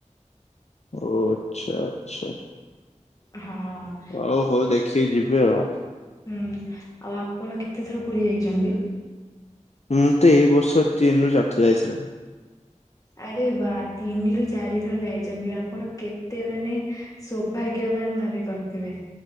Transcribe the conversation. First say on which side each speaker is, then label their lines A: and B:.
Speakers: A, on the left; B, on the left.
A: ଓ ଆଚ୍ଛା ଆଚ୍ଛା।
B: ହଁ ହଁ।
A: ହଉ ହଉ ଦେଖିକି ଯିବି ଆଉ।
B: ହୁଁ ଆଉ ଆପଣ କେତେଥର ପୁରୀ ଯାଇଛନ୍ତି?
A: ମୁଁ ତ ଏଇ ବର୍ଷ ତିନ ରୁ ଚାର୍ଥ ଯାଇ ସାରିଲିଣି।
B: ଆରେ ବା ତିନି ରରୁ ଚାରି ଥର ଯାଇଛନ୍ତି ଆପଣ କେତେ ମାନେ ସୌଭାଗ୍ୟବାନ ଭାବି ପାରୁଥିବେ।